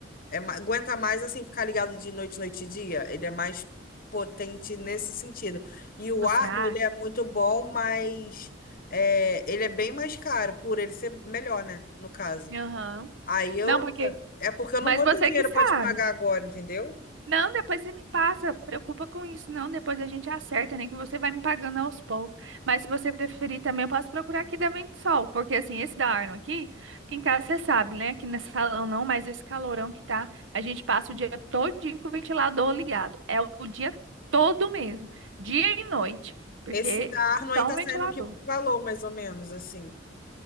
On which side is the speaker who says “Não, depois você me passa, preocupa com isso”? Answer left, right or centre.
Right